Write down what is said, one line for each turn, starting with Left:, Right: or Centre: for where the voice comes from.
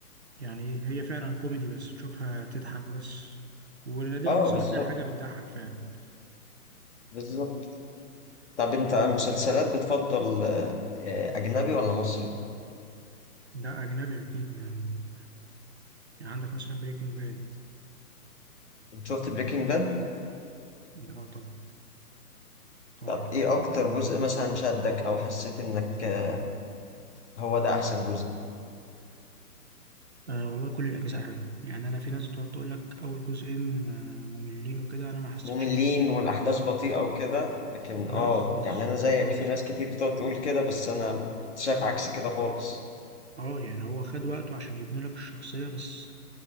Right: يعني إيه، هي فعلا كوميدي بس تشوفها تضحك بس ونادرا
Left: اه
Right: اصلا
Left: بالظبط
Right: ما تلاقي حاجه بتضحك فعلا
Left: بالظبط طب انت المسلسلات بتفضل آه، اجنبي ولا مصري
Right: ده أجنبي أكيد يعني يعني عندك مثلا بريكنج باد
Left: شفت بريكنج باد
Right: يعني اه طبعا طبعا
Left: طب ايه اكتر
Right: آه.
Left: جزء مثلا شدك او حسيت انك آه، هو ده احسن جزء
Right: آه والله كل الأجزاء حلوة يعني أنا في ناس بتقعد تقول لك أول جزئين آه، مملين وكده أنا ما حسيتش
Left: مملين
Right: بملل خالص
Left: والاحداث بطيئه وكده لكن
Right: لا
Left: اه
Right: خالص
Left: يعني انا زيك
Right: خالص
Left: في ناس كتير بتقعد تقول كده بس انا كنت شايف عكس كده خالص
Right: اه يعني هو خد وقته عشان يبني لك الشخصية بس